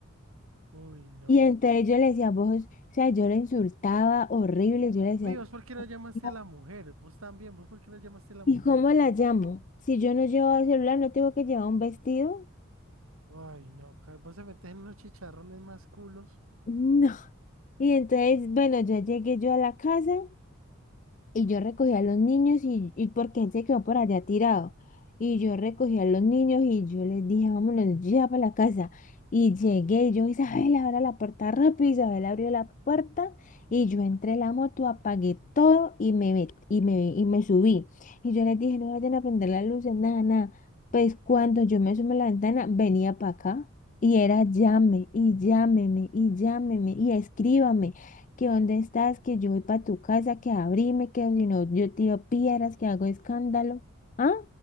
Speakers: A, on the right; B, on the left.
A: Uy, no.
B: Y entonces yo le decía, vos, o sea, yo le insultaba horrible, yo le decía,
A: Vi, ¿vos por qué no llamaste
B: <laughs>
A: a la mujer? Vos también, ¿vos por qué no llamaste a la mujer?
B: ¿y cómo la llamo? Si yo no llevo el celular, ¿no tengo que llevar un vestido?
A: Ay, no, car- vos se metes en unos chicharrones más culos.
B: <laughs> No. Y entonces, bueno, yo llegué yo a la casa Y yo recogía a los niños y, y porque él se quedó por allá tirado. Y yo recogí a los niños y yo les dije, vámonos ya para la casa. Y llegué y yo, Isabel, abre la puerta rápido. Isabel abrió la puerta y yo entré en la moto, apagué todo y me, met- y me, y me subí. Y yo les dije, no vayan a prender las luces, nada, nada. Pues cuando yo me asomé a la ventana, venía para acá. Y era llame, y llámeme, y llámeme, y escríbame que dónde estás, que yo voy para tu casa, que abrime, que si no yo tiro piedras, que hago escándalo. ¿Ah?